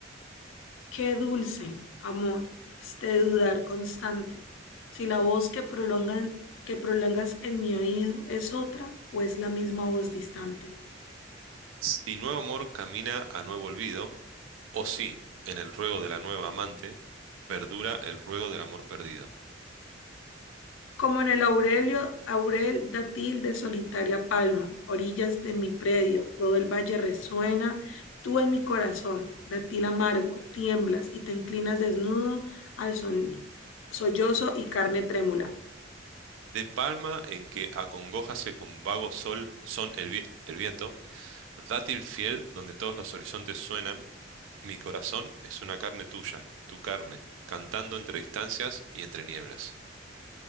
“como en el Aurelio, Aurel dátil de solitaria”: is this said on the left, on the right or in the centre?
Left